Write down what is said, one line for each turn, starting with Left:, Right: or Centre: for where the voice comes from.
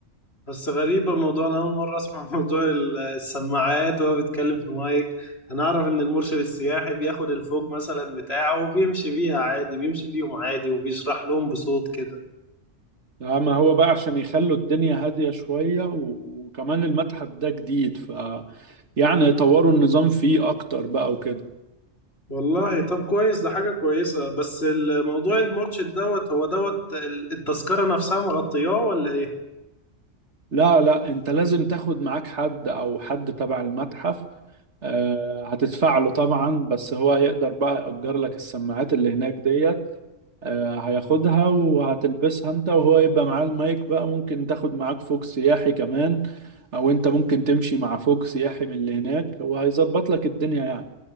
Left: بس غريبة الموضوع أنا أول مرة أسمع <laughs> موضوع ال- السماعات وهو بيتكلم في مايك أنا أعرف إن المرشد السياحي بياخد الفوج مثلا بتاعه وبيمشي بيها عادي بيمشي بيهم عادي وبيشرح لهم بصوت كده
Right: اما هو بقى عشان يخلوا الدنيا هاديه شويه و... وكمان المتحف ده جديد ف يعني يطوروا النظام فيه اكتر بقى وكده
Left: والله طب كويس ده حاجة كويسة بس الموضوع المرشد دوت هو دوت ال- التذكرة نفسها مغطياه ولا إيه؟
Right: لا لا انت لازم تاخد معاك حد او حد تبع المتحف آه، هتدفع له طبعا بس هو يقدر بقى يأجر لك السماعات اللي هناك ديت آه، هياخدها وهتلبسها انت وهو يبقى معاه المايك بقى ممكن تاخد معاك فوق سياحي كمان او انت ممكن تمشي مع فوق سياحي من اللي هناك وهيظبط لك الدنيا يعني